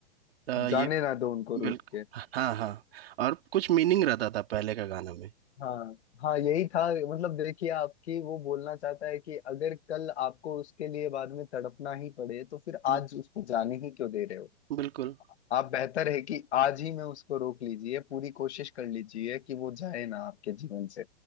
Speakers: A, on the right; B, on the left.
A: अ, ये
B: जाने ना दो उनको
A: बिल्कुल
B: रूठ के
A: हाँ हाँ और कुछ मीनिंग रहता था पहले का गाना में
B: हाँ हाँ यही था मतलब देखिए आपकी वो बोलना चाहता है कि अगर कल आपको उसके लिए बाद में तड़पना ही पड़े तो फिर आज
A: हम्म,
B: उसको जाने ही क्यों दे रहे हो
A: बिल्कुल
B: आप बेहतर है कि आज ही में उसको रोक लीजिए पूरी कोशिश कर लीजिए कि वो जाए ना आपके जीवन से